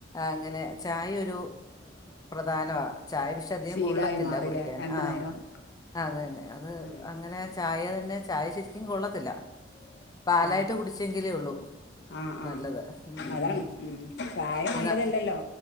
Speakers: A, on the left (about 20°); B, on the left (about 60°).
A: അങ്ങനെ ചായ ഒരു പ്രധാനവാ ചായ പക്ഷെ അധികം.
B: ശീലായി
A: കൊള്ളത്തില്ല
B: മാറില്ലേ
A: കുടിക്കാന്
B: രണ്ടു
A: ആഹ്
B: നേരം
A: അതന്നെ അത്
B: ഉം
A: അങ്ങനെ ചായ തന്നെ ചായ ശരിക്കും കൊള്ളത്തില്ല. പാലായിട്ട്
B: ഏഹ്
A: കുടിച്ചെങ്കിലേ ഉള്ളൂ.
B: ആഹ്
A: നല്ലത്
B: ആഹ്
A: ഉം
B: അതാണ്
A: ഉം
B: ചായ
A: പിന്നെ
B: നല്ലതല്ലല്ലോ